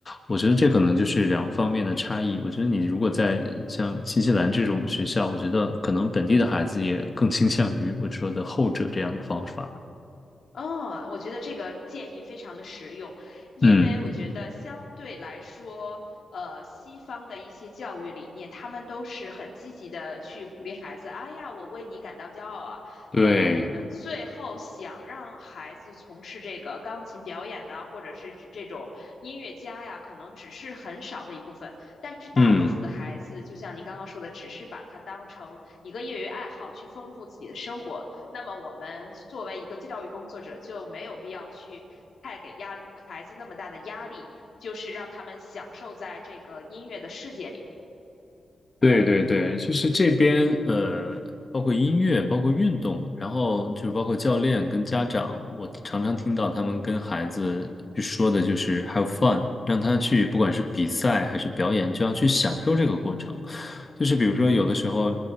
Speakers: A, on the left; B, on the left.
A: 我觉得这可能就是两方面的差异。我觉得你如果在像新西兰这种学校，我觉得可能本地的孩子也更倾向于我说的后者这样的方法。
B: 哦，我觉得这个建议非常的实用，因为我觉得相对来说，
A: 嗯，
B: 呃，西方的一些教育理念，他们都是很积极的去鼓励孩子，哎呀，我为你感到骄傲啊。
A: 对，
B: 可能我们最后想让孩子从事这个钢琴表演呐，或者是这种音乐家呀，可能只是很少的一部分，但是大多数的孩子，
A: 嗯。
B: 就像您刚刚说的，只是把它当成一个业余爱好去丰富自己的生活。那么我们作为一个教育工作者，就没有必要去太给压孩子那么大的压力，就是让他们享受在这个音乐的世界里。
A: 对对对，就是这边呃，包括音乐，包括运动，然后就是包括教练跟家长，我常常听到他们跟孩子去说的就是 have fun，让他去不管是比赛还是表演，就要去享受这个过程。就是比如说有的时候，